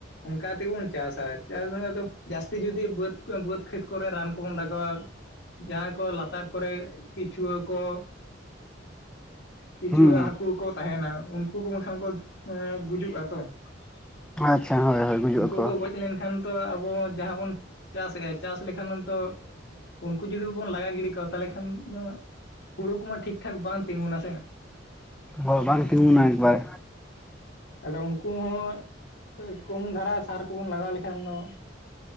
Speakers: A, on the left; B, in the centre.
A: ᱚᱱᱠᱟ ᱛᱮᱜᱮ ᱵᱚᱱ ᱪᱟᱥᱼᱟ, ᱪᱟᱥ ᱨᱮᱱᱟᱜ ᱫᱚ ᱡᱟᱹᱥᱛᱤ ᱡᱩᱫᱤ ᱵᱟᱹᱫᱽ ᱠᱟᱹᱢᱵᱩᱣᱟᱹ ᱵᱟᱹᱫᱽ ᱠᱷᱮᱛ ᱠᱚᱨᱮ ᱨᱟᱱ ᱠᱚᱵᱚᱱ ᱞᱟᱜᱟᱣᱟ, ᱡᱟᱦᱟᱸᱭ ᱠᱚᱣᱟᱜ ᱞᱟᱛᱟᱨ ᱠᱚᱨᱮ ᱠᱤᱪᱩᱣᱟᱹ ᱠᱚ ᱠᱤᱪᱷᱣᱟᱹ
B: ᱦᱩᱸ
A: ᱦᱟᱹᱠᱩ ᱠᱚ ᱛᱟᱦᱮᱸᱱᱟ ᱩᱱᱠᱩ ᱠᱚ ᱵᱟᱝᱠᱷᱟᱱ ᱠᱚ ᱮᱸ ᱜᱩᱡᱩᱜᱼᱟ ᱛᱚ ᱾
B: ᱟᱪᱪᱷᱟ
A: <inaudible>
B: ᱦᱳᱭ ᱦᱳᱭ ᱜᱩᱡᱩᱜ
A: ᱩᱱᱠᱩ
B: ᱟᱠᱚ
A: ᱠᱚ ᱜᱚᱡ ᱞᱮᱱᱠᱷᱟᱱ ᱛᱚ ᱟᱵᱚ ᱦᱚᱸ ᱡᱟᱦᱟᱸ ᱵᱚᱱ ᱪᱟᱥ ᱮᱼᱟ, ᱪᱟᱥ ᱞᱮᱠᱷᱟᱱ ᱦᱚᱸᱱ ᱛᱚ, ᱩᱱᱠᱩ ᱡᱩᱫᱤ ᱵᱟᱵᱚᱱ ᱞᱟᱜᱟ ᱜᱤᱰᱤ ᱠᱚᱣᱟ ᱛᱟᱦᱚᱞᱮ ᱠᱷᱟᱱ ᱫᱚ ᱦᱩᱲᱩ ᱠᱩᱢᱟ ᱴᱷᱤᱠ ᱴᱷᱟᱠ ᱵᱟᱝ ᱛᱤᱸᱜᱩᱱᱟ ᱥᱮ
B: ᱦᱩᱭ ᱵᱟᱝ ᱛᱤᱜᱩᱱᱟ ᱮᱠᱵᱟᱨ᱾
A: ᱟᱫᱚ ᱩᱱᱠᱩ ᱦᱚᱸ ᱠᱚᱢ ᱫᱷᱟᱨᱟ ᱥᱟᱨ ᱠᱚᱵᱚᱱ ᱞᱟᱜᱟᱣ ᱞᱮᱠᱷᱟᱱ ᱫᱚ